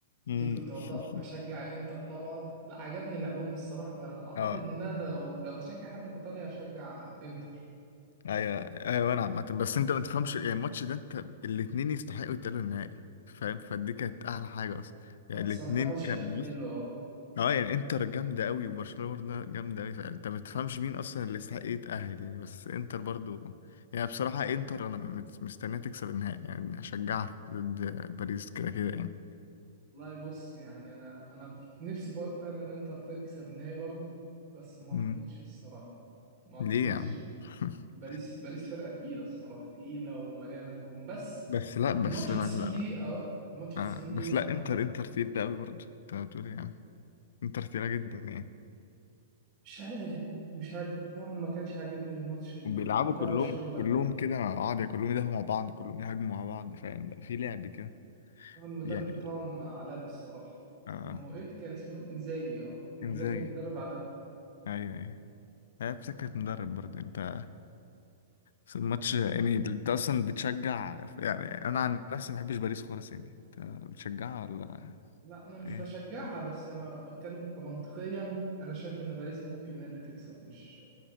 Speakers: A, on the left; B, on the right.
A: امم
B: اكيد كنت
A: <laughs>
B: بط- بشجع انتر طبعا لا عجبني لعبهم الصراحة فاعتقد
A: اه
B: ان انا لو لو هشجع حد في ايطاليا هشجع انتر
A: ايوه ايوه انا عامة بس انت ما تفهمش يعني الماتش ده انت الاتنين يستحقوا يتأهلوا النهائي فاهم فدي كانت احلى حاجة اصلا يعني
B: لا، الصراحة
A: الاتنين
B: ماتش
A: كان
B: كان حلو
A: بص
B: اه
A: اه يعني انتر جامدة قوي وبرشلونة برضه جامدة قوي فانت ما تفهمش مين اصلا اللي يستحق يتأهل يعني بس انتر برضه يعني بصراحة انتر انا مت- مستنيها تكسب النهائي يعني اشجعها ضد باريس كده كده يعني
B: والله بص يعني انا انا نفسي بقى فعلا انتر تكسب النهائي برضو بس ما
A: مم.
B: اعتقدش الصراحه ما اعتقدش
A: ليه يا عم <laughs>
B: باريس باريس فرقه تقيله الصراحه تقيله ومليانه نجوم بس
A: بس لا بس
B: الماتش 90
A: لا, لا.
B: دقيقه اه الماتش 90
A: آه بس
B: دقيقه
A: لا
B: آه،
A: انتر انتر تقيلة قوي برضه انت بتقول ايه يا عم انتر تقيلة جدا يعني
B: مش عارف مش عارف دفاعهم ما كانش عاجبني الماتش ال-
A: بيلعبوا
B: بتاع
A: كلهم
B: برشلونه
A: كلهم
B: ده
A: كده مع بعض يعني كلهم يدافعوا مع بعض كلهم يهاجموا مع بعض فاهم لا في لعب كده
B: آه، المدرب
A: يعني
B: بتاعهم عالمي الصراحه
A: اه
B: اسمه ايه كان اسمه إيه؟ انزاجي اه انزاجي
A: انزاجي
B: مدرب عالمي
A: ايوه ايوه هي بسكة مدرب برضه انت بس الماتش يعني انت اصلا بتشجع يعني انا عن نفسي ما بحبش باريس خالص يعني انت بتشجعها ولا
B: لا انا مش
A: ايه
B: بشجعها بس انا بتكلم كمنطقيا انا شايف ان باريس ممكن هي اللي تكسب مش